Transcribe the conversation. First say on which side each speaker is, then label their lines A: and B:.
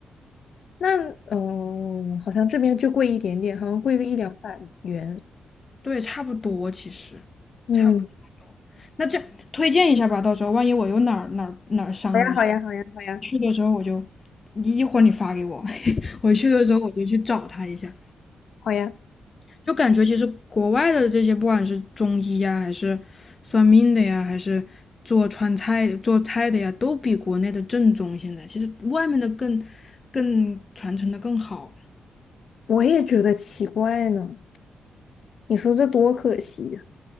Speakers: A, on the left; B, on the left.
A: 那嗯，好像这边就贵一点点，好像贵个一两百元。
B: 对，差不多其实，
A: 嗯，
B: 差不多。那这样推荐一下吧，到时候万一我又哪儿哪儿哪儿伤了，
A: 好呀，
B: 我
A: 好呀，好呀，好呀，
B: 去的时候我就，一会儿你发给我，<laughs> 我去的时候我就去找他一下。
A: 好呀，
B: 就感觉其实国外的这些，不管是中医呀，还是算命的呀，还是做川菜做菜的呀，都比国内的正宗。现在其实外面的更更传承的更好。
A: 我也觉得奇怪呢。你说这多可惜呀！